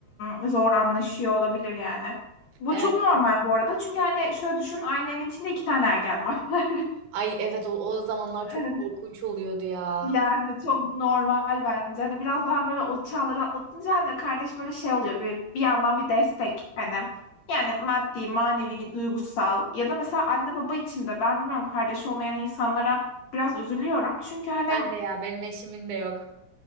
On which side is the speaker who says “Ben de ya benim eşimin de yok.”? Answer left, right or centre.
Right